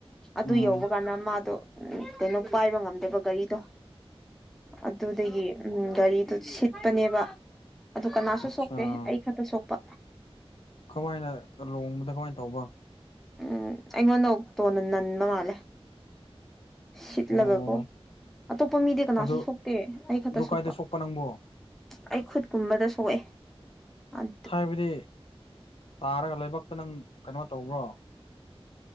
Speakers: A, in the centre; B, on the left.
A: ꯑꯗꯨ
B: ꯎꯝ
A: ꯌꯧꯕ ꯀꯥꯟꯗ ꯃꯥꯗꯣ ꯎ ꯀꯩꯅꯣ ꯄꯥꯏꯕ ꯉꯝꯗꯦꯕ ꯒꯥꯔꯤꯗꯣ ꯑꯗꯨꯗꯒꯤ ꯎꯝ ꯒꯥꯔꯤꯗꯨ ꯁꯤꯠꯄꯅꯦꯕ ꯑꯗꯨ ꯀꯅꯥꯁꯨ
B: ꯑꯆꯥ
A: ꯁꯣꯛꯇꯦ ꯑꯩ ꯈꯛꯇ ꯁꯣꯛꯄ
B: ꯀꯃꯥꯏꯅ ꯂꯣꯡꯕꯗ ꯀꯃꯥꯏꯅ ꯇꯧꯕ
A: ꯎꯝ ꯑꯩꯉꯣꯟꯗ ꯑꯣꯇꯣꯅ ꯅꯟꯕ ꯃꯥꯜꯂꯦ ꯁꯤꯠꯂꯒꯀꯣ
B: ꯑꯣ
A: ꯑꯇꯣꯞꯄ ꯃꯤꯗꯤ ꯀꯅꯥꯁꯨ
B: ꯑꯗꯨ
A: ꯁꯣꯛꯇꯦ ꯑꯩ ꯈꯛꯇ
B: ꯑꯗꯨ
A: ꯁꯣꯛꯄ
B: ꯀꯥꯏꯗ ꯅꯪꯕꯨ
A: ꯑꯩ ꯈꯨꯠꯀꯨꯝꯕꯗ ꯁꯣꯛꯑꯦ ꯑꯟ
B: ꯍꯥꯏꯕꯗꯤ ꯇꯥꯔꯒ ꯂꯥꯏꯕꯛꯇ ꯅꯪ ꯀꯩꯅꯣ ꯇꯧꯕ꯭ꯔꯣ